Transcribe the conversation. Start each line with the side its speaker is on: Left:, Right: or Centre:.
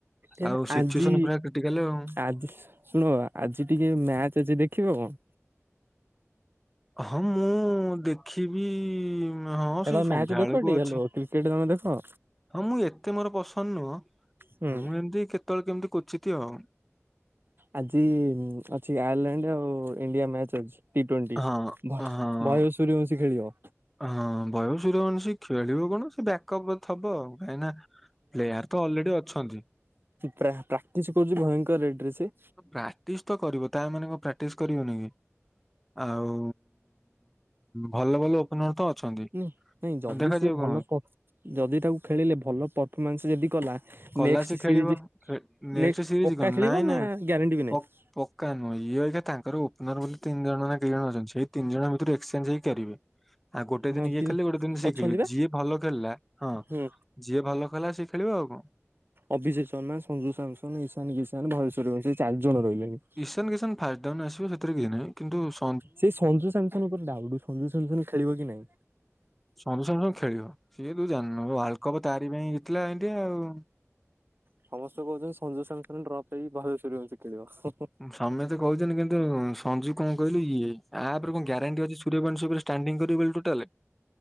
Right: ଏ
Centre: ଆଉ ସିଚୁଏସନ
Right: ଆଜି
Centre: ପୁରା କ୍ରିଟିକାଲ ଆଉ।
Right: ଆଜି। ଶୁଣ ବାବା ଆଜି ଟିକେ ମ୍ୟାଚ ଯିଏ ଦେଖିବ କଣ?
Centre: ହଁ ମୁଁ ଦେଖିବି ହଁ
Right: ହେଲୋ
Centre: ସେ ସନ୍ଧ୍ୟାବେଳକୁ
Right: ମ୍ୟାଚ ଦେଖ ଟି
Centre: ଅଛି।
Right: ହେଲୋ କ୍ରିକେଟ ତମେ ଦେଖ?
Centre: ହଁ ମୁଁ ଏତେ ମୋର ପସନ୍ଦ ନୁହଁ
Right: ହୁଁ
Centre: ମୁଁ ଏମିତି କେତେବେଳେ କେମିତି କୁଚିତି ଆଉ।
Right: ଆଜି ଅଛି ଆୟାରଲାଣ୍ଡ ଆଉ ଇଣ୍ଡିଆ ମ୍ୟାଚ ଅଛି ଟି ଟ୍ବଣ୍ଟି।
Centre: ହଁ
Right: ମହେଶ୍ୱରୀ
Centre: ହଁ।
Right: ବଶୀ ଖେଳିବ।
Centre: ହଁ ବୟସ ର ଅନୂଷି ଖେଳିବ କଣ ସେ ବ୍ୟକପରେ ଥବ ଆଉ କାଇଁକି ନା ପ୍ଲେୟାର ତ ଅଲରେଡି ଅଛନ୍ତି।
Right: ପ୍ରା ପ୍ରାକ୍ଟିସ କରୁଛି ଭୟଙ୍କର ରେଟେରେ ସେ
Centre: ପ୍ରାକ୍ଟିସ ତ କରିବ ତା ମାନେ କଣ ପ୍ରାକ୍ଟିସ କରିବନି କି। ଆଉ ଭଲ ଭଲ। ମୁଁ ତ ଅଛନ୍ତି।
Right: ନାଇଁ ଯଦି
Centre: ଆଉ ଦେଖାଯାଉ
Right: ସେ ଭଲ
Centre: କଣ ହଉଛି।
Right: କପ୍ ଯଦି ତାକୁ ଖେଳିଲେ ଭଲ ତ। ହିମାଂଶୁ ଯଦି କଲା
Centre: କଲାସି
Right: ନେକଷ୍ଟେ
Centre: ଖେଳିବ
Right: ସିରିଯି
Centre: ନେକ୍ସଟ
Right: ନେ
Centre: ସିରିଜ
Right: ପକ୍କା
Centre: କଣ
Right: ଖେଳିବ
Centre: ନାଇଁ ନାଇଁ
Right: ନା। ଗ୍ୟାରେଣ୍ଟି ବି
Centre: ପ-
Right: ନାଇଁ।
Centre: ପକ୍କା ନୁହେଁ ଇଏ ହୋରିକା ତାଙ୍କର ଓପନର ବୋଲି ତିନି ଜଣ ନା କେଇ ଜଣ ଅଛନ୍ତି। ସେଇ ତିନି ଜଣ ଭିତରୁ ଏକ୍ସେ୍ଞ୍ଚେ ହେଇକେରିବେ। ଆଉ ଗୋଟେ
Right: ହଁ
Centre: ଦିନି ଇଏ
Right: ତି
Centre: ଖେଳିଲେ ଗୋଟେ ଦିନି ସେ
Right: ଅଛନ୍ତି
Centre: ଖେଳିବେ
Right: ବା
Centre: ଯିଏ ଭଲ ଖେଳିଲା ହଁ।
Right: ହୁଁ
Centre: ଯିଏ ଭଲ କଲା ସିଏ ଖେଳିବ ଆଉ କଣ?
Right: ଅଭିଜେକ ଶର୍ମା ସଞ୍ଜୁ ସାମସନ ଇଶାନ କିଶାନ ଭହେଶ୍ୱର ସେ ଚାରି ଜଣ ରହିଲେଣି।
Centre: ଇଶାନ କିଷାନ୍ ଫାଷ୍ଟ ଡାଉନ୍ ଆସିବ ସେଥିରେ କି ନାହିଁ କିନ୍ତୁ ଶୁ
Right: ସେଇ ସଞ୍ଜୁ ସାମସନ ଉପରେ ଡାଉଟ ସଞ୍ଜୁ ସମ୍ ସନ୍ ଖେଳିବ କି ନାଇଁ।
Centre: ସଞ୍ଜୁ ସାନ୍ତୁନୁ ଖେଳିବ ସିଏ ତୁ ଜାଣିନୁ ୱାର୍ଲଡ କପ ତାରି ପାଇଁ ଜିତିଲା ଇଣ୍ଡିଆ ଆଉ।
Right: ସମସ୍ତେ କହୁଛନ୍ତି ସଞ୍ଜୁ ସାନ୍ତୁନୁ ଡ୍ରପ୍ ଦେଇ ବାଲେଶ୍ୱରୀ ହଛି ଖେଳିବା <unintelligible>
Centre: ସମେତେ କହୁଛନ୍ତି କିନ୍ତୁ ସଞ୍ଜୁ କଣ କହିଲୁ ଇଏ ଆପରେ କଣ ଗ୍ୟାରେଣ୍ଟି ଅଛି। ସୁରିୟ ବଂଶି ଉପରେ ଷ୍ଟାଣ୍ଡିଙ୍ଗ କରିବେନି ଟୁଟାଲେ